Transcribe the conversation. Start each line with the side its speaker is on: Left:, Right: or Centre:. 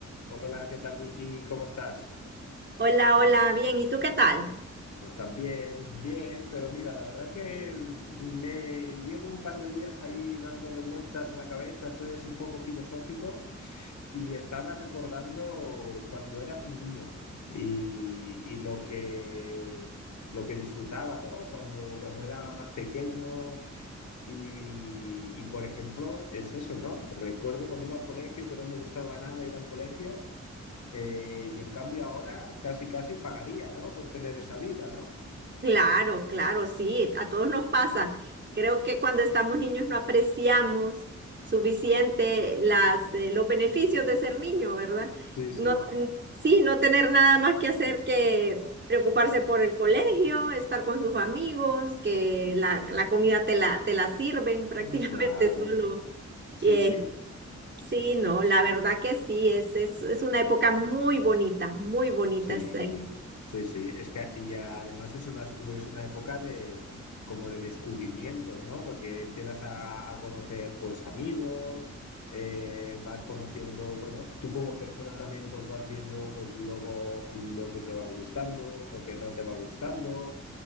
Left: Hola, ¿qué tal Vicky? ¿Cómo estás?
Right: Hola, hola, bien, ¿y tú qué tal?
Left: Pues también, bien, pero mira, la verdad que me llevo un par de días ahí dándole vueltas a la cabeza, estoy así un poco filosófico y estaba recordando cuando era niño y, y lo que, lo que disfrutaba, ¿no? Cuando, cuando era más pequeño y, y, por ejemplo, es eso, ¿no? Recuerdo cuando iba al colegio que no me gustaba nada ir al colegio. Eh, y en cambio ahora casi casi pagaría, ¿no? Por tener esa vida, ¿no?
Right: Claro, claro, sí, a todos nos pasa. Creo que cuando estamos niños no apreciamos suficiente las, eh, los beneficios de ser niño, ¿verdad?
Left: Sí, sí.
Right: No, ten- sí, no tener nada más que hacer que preocuparse por el colegio, estar con sus amigos, que la, la comida te la, te la sirven <laughs> prácticamente
Left: Mm. Claro,
Right: solo.
Left: sí,
Right: Eh,
Left: sí,
Right: sí, no, la verdad que sí, es, es, es una época muy bonita, muy bonita.
Left: sí,
Right: Es,
Left: sí, sí. Es que y además es una, es una época de como de descubrimientos, ¿no? Porque empiezas a, a conocer pues amigos, eh, vas conociendo, bueno, tú como persona también pues vas viendo pues lo, lo que te va gustando, lo que no te va gustando.